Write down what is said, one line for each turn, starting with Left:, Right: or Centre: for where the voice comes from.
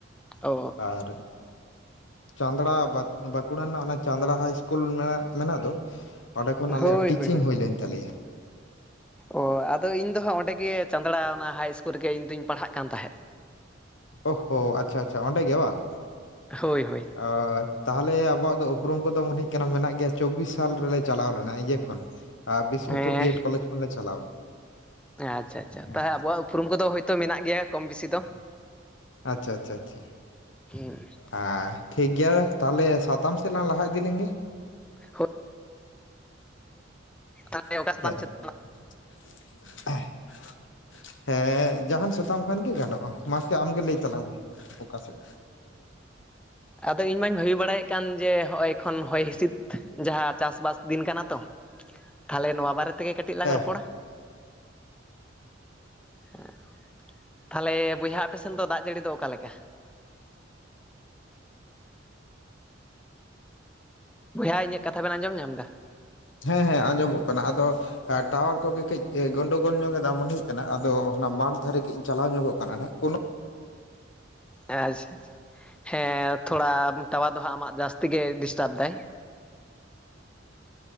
Centre: ᱚ
Left: ᱟᱨ ᱪᱟᱸᱫᱽᱲᱟ ᱵᱟᱛ ᱵᱟᱠᱩᱲᱟ ᱨᱮᱱᱟᱜ ᱚᱱᱟ ᱪᱟᱸᱫᱽᱲᱟ ᱦᱟᱭ ᱤᱥᱠᱩᱞ ᱢᱮᱱᱟᱜ ᱢᱮᱱᱟᱜ ᱫᱚ ᱚᱸᱰᱮ ᱠᱷᱚᱱ ᱟᱞᱮᱭᱟᱜ
Centre: ᱦᱳᱭ
Left: ᱴᱤᱪᱤᱝ
Centre: ᱦᱳᱭ ᱦᱳᱭ
Left: ᱦᱩᱭ ᱞᱮᱱ ᱛᱟᱞᱮᱭᱟ
Centre: ᱚ ᱟᱫᱚ ᱤᱧ ᱫᱚ ᱦᱟᱸᱜ ᱚᱸᱰᱮ ᱜᱮ ᱪᱟᱸᱫᱽᱲᱟ ᱚᱱᱟ ᱦᱟᱭ ᱤᱥᱠᱩᱞ ᱨᱮᱜᱮ ᱤᱧ ᱫᱩᱧ ᱯᱟᱲᱦᱟᱜ ᱠᱟᱱ ᱛᱟᱦᱮᱸᱫ
Left: ᱚᱦᱚ ᱟᱪᱪᱷᱟ ᱟᱪᱪᱷᱟ ᱚᱸᱰᱮ ᱜᱮ ᱵᱟᱝ
Centre: ᱦᱳᱭ ᱦᱳᱭ
Left: ᱚᱻ ᱛᱟᱦᱚᱞᱮ ᱟᱵᱚᱣᱟᱜ ᱫᱚ ᱩᱯᱨᱩᱢ ᱠᱚᱫᱚ ᱢᱚᱱᱮᱜ ᱠᱟᱱᱟ ᱢᱮᱱᱟᱜ ᱜᱮᱭᱟ ᱪᱚᱵᱽᱵᱤᱥ ᱥᱟᱞ ᱨᱮᱞᱮ ᱪᱟᱞᱟᱣ ᱞᱮᱱᱟ ᱤᱭᱟᱹ ᱠᱷᱚᱱ ᱟᱨ ᱵᱤᱥᱱᱩᱯᱩᱨ
Centre: ᱦᱮᱸ
Left: ᱵᱤᱭᱮᱰ ᱠᱚᱞᱮᱡᱽ ᱠᱷᱚᱱᱞᱮ ᱪᱟᱞᱟᱣᱟ
Centre: ᱟᱪᱪᱷᱟ ᱟᱪᱪᱷᱟ
Left: ᱦᱚᱸ
Centre: ᱛᱟᱦᱚᱞᱮ ᱟᱵᱚᱣᱟᱜ ᱩᱯᱨᱩᱢ ᱠᱚᱫᱚ ᱦᱳᱭᱛᱳ ᱢᱮᱱᱟᱜ ᱜᱮᱭᱟ ᱠᱚᱢ ᱵᱮᱥᱤ ᱫᱚ
Left: ᱟᱪᱪᱷᱟ ᱟᱪᱪᱷᱟ ᱟᱪᱪᱷᱟ
Centre: ᱦᱮᱸ
Left: ᱟᱻ ᱴᱷᱤᱠ ᱜᱮᱭᱟ ᱛᱟᱦᱚᱞᱮ ᱥᱟᱛᱟᱢ ᱥᱮᱫ ᱞᱟᱝ ᱞᱟᱦᱟ ᱤᱫᱤ ᱞᱮᱱ ᱜᱮ
Centre: ᱦᱳᱭ ᱛᱟᱦᱚᱞᱮ
Left: <unintelligible>
Centre: ᱚᱠᱟ ᱥᱟᱛᱟᱢ ᱪᱮᱛ
Left: ᱦᱮᱸ ᱡᱟᱦᱟᱱ ᱥᱟᱛᱟᱢ ᱠᱷᱚᱱ ᱜᱮ ᱜᱟᱱᱚᱜ-ᱟ ᱢᱟᱥᱮ ᱟᱢᱜᱮ ᱞᱟᱹᱭ ᱛᱟᱞᱟᱝ ᱢᱮ ᱚᱠᱟ ᱥᱮᱫ
Centre: ᱟᱫᱚ ᱤᱧ ᱢᱟᱹᱧ ᱵᱷᱟᱹᱵᱤ ᱵᱟᱲᱟᱭᱮᱫ ᱠᱟᱱ ᱡᱮ ᱦᱚᱜ-ᱚᱭ ᱠᱷᱚᱱ ᱦᱚᱭ ᱦᱤᱸᱥᱤᱫ ᱡᱟᱦᱟᱸ ᱪᱟᱥᱵᱟᱥ ᱫᱤᱱ ᱠᱟᱱᱟ ᱛᱚ ᱛᱟᱦᱮᱞᱮ ᱱᱚᱣᱟ ᱵᱟᱨᱮ ᱛᱮᱜᱮ ᱠᱟᱹᱴᱤᱡ ᱞᱟᱝ
Left: ᱦᱮᱸ
Centre: ᱨᱚᱯᱚᱲᱟ ᱦᱮᱸᱻ ᱛᱟᱦᱚᱞᱮ ᱵᱚᱭᱦᱟ ᱟᱯᱮ ᱥᱮᱱ ᱫᱚ ᱫᱟᱜ ᱡᱟᱹᱲᱤ ᱫᱚ ᱚᱠᱟ ᱞᱮᱠᱟ? ᱵᱚᱭᱦᱟ ᱤᱧᱟᱹᱜ ᱠᱟᱛᱷᱟ ᱵᱮᱱ ᱟᱸᱡᱚᱢ ᱧᱟᱢ ᱮᱫᱟ
Left: ᱦᱮᱸ ᱦᱮᱸ ᱟᱸᱡᱚᱢᱚᱜ ᱠᱟᱱᱟ ᱟᱫᱚ ᱦᱮᱸ ᱴᱟᱣᱟᱨ ᱠᱚᱜᱮ ᱠᱟᱹᱡ ᱜᱚᱱᱰᱳᱜᱳᱞ ᱧᱚᱜ ᱮᱫᱟ ᱢᱚᱱᱮ ᱦᱩᱭᱩᱜ ᱠᱟᱱᱟ ᱟᱫᱚ ᱚᱱᱟ <unintelligible> ᱫᱷᱟᱨᱮ ᱠᱟᱹᱡ ᱤᱧ ᱪᱟᱞᱟᱣ ᱧᱚᱜᱚᱜ ᱠᱟᱱᱟᱜ ᱠᱟᱱᱟ ᱱᱟᱜ ᱠᱳᱱᱳ
Centre: ᱦᱮᱸ ᱟᱪᱪᱷᱟ ᱟᱪᱪᱷᱟ ᱦᱮᱸ ᱛᱷᱚᱲᱟ ᱴᱟᱣᱟᱨ ᱫᱚ ᱦᱟᱸᱜ ᱟᱢᱟᱜ ᱡᱟᱹᱥᱛᱤ ᱜᱮ ᱰᱤᱥᱴᱟᱵᱽ ᱮᱫᱟᱭ